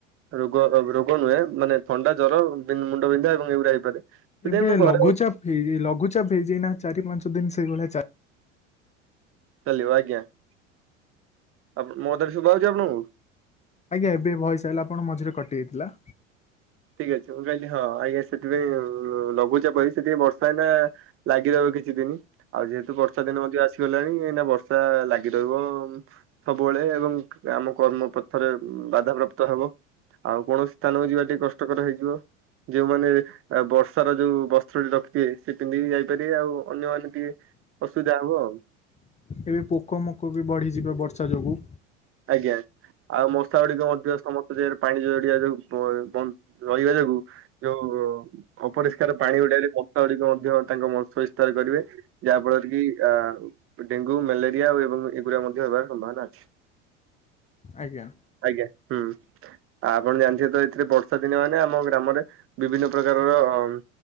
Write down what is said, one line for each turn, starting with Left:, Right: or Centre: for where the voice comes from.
Right: ରୋଗ ଅବ୍ ରୋଗ ନୁହେଁ ମାନେ ଥଣ୍ଡା, ଜର ଦେନ୍ ମୁଣ୍ଡ ବିନ୍ଧା ଏବଂ ଏଇଗୁଡ଼ା ହେଇପାରେ। ସେଥିପାଇଁ
Left: ଏବେ
Right: ମୁଁ
Left: ଲଘୁଚାପ
Right: ଘରେ
Left: ଫିରି ଲଘୁଚାପ ହେଇଚି ନା ଚାରି ପାଞ୍ଚ ଦିନ ସେଇଭଳିଆ ଚା
Right: ଚାଲିବ ଆଜ୍ଞା ଆପଣଙ୍କୁ ମୋ କଥା ଟି ଶୁଭାଉଚି ଆପଣଙ୍କୁ?
Left: ଆଜ୍ଞା ଏବେ ଭଏସ୍ ଆଇଲା ଆପଣ ମଝିରେ କଟି ଯାଇଥିଲା।
Right: ଠିକ୍ ଅଛି ମୁଁ କହିଲି ହଁ ଆଜ୍ଞା ସେଥିପାଇଁ ଉଁ ଲଘୁଚାପ ହେଇଚି ସେଥିପାଇଁ ବର୍ଷା ଏଇନା ଲାଗିବ ଆଉ କିଛି ଦିନ। ଆଉ ଯେହେତୁ ବର୍ଷା ଦିନ ମଧ୍ୟ ଆସିଗଲାଣି ଏଇନା ବର୍ଷା ଲାଗି ରହିବ ଉମ୍ ସବୁବେଳେ ଏବଂ ଆମ କର୍ମ ପଥରେ ଉମ୍ ବାଧା ପ୍ରାପ୍ତ ହେବ। ଆଉ କୌଣସି ସ୍ଥାନ ଯିବା ଟିକେ କଷ୍ଠକର ହେଇଯିବ। ଯୋଉମାନେ ଏବେ ଆ ବର୍ଷାର ଯୋଉ ବସ୍ତ୍ରଟି ରଖିଥିବେ ସେ ପିନ୍ଧିକି ଯାଇପାରିବେ ଆଉ ଅନ୍ୟମାନେ ଟିକେ ଅସୁବିଧା ହବ ଆଉ।
Left: ଏବେ ପୋକ ମୋକ ବି ବଢି଼ଯିବେ ବର୍ଷା ଯୋଗୁ।
Right: ଆଜ୍ଞା ଆଉ ମଶା ଗୁଡ଼ିକ ମଧ୍ୟ ସମସ୍ତ ଦେହରୁ ପାଣି ଜଡ଼ିଆ ରୁ ପ ଏ ପନ୍ ରହିବା ଯୋଗୁ ଯୋଉ ଅପରିଷ୍କାର ପାଣି ଗୁଡ଼ାରେ ପ- <unintelligible> ଳିକ ମଧ୍ୟ ତାଙ୍କ ବଂଶ ବିସ୍ତାର କରିବେ ଯାହା ଫଳରେ କି ଆ ଡେଙ୍ଗୁ, ମ୍ୟାଲେରିଆ ଆଉ ଏବଂ ଏଗୁଡ଼ା ମଧ୍ୟ ହେବାର ସମ୍ଭାବନା ଅଛି।
Left: ଆଜ୍ଞା।
Right: ଆଜ୍ଞା। ହୁଁ। ଆ ଆପଣ ଜାଣିଥିବେ ତ ଏଥିରେ ବର୍ଷାଦିନ ମାନେ ଆମ ଗ୍ରାମରେ ବିଭିନ୍ନ ପ୍ରକାରର ଅଁମ୍